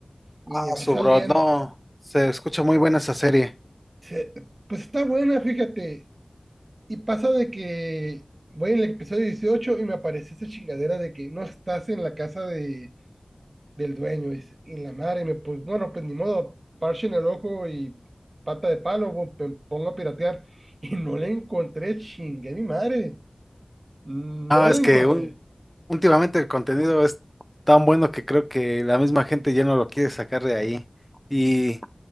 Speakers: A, on the right; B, in the centre.
A: Y
B: Ah,
A: me va
B: su
A: saliendo.
B: bro, no, se escucha muy buena esa serie.
A: Se- Pues está buena, fíjate. Y pasa de que voy en el episodio 18 y me aparece esa chingadera de que no estás en la casa de, del dueño. dice, s- y la madre, me, pues bueno, pues ni modo, parche en el ojo y pata de palo, bo- me pongo a piratear. <laughs> Y no la encontré, chingue mi madre. No
B: Ah,
A: la
B: es
A: encontré.
B: que un- últimamente el contenido es tan bueno que creo que la misma gente ya no lo quiere sacar de ahí. Y